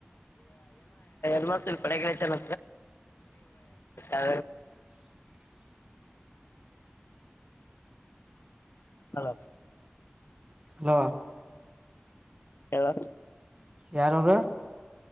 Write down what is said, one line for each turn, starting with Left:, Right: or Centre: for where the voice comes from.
Left: ಸ್ವಲ್ಪಡೆ ಕಡೆ ಚಲ ಅ
Right: <inaudible>
Left: ಹಲೋ
Right: ಹಲ
Left: ಹೇಳ
Right: ಯಾರರ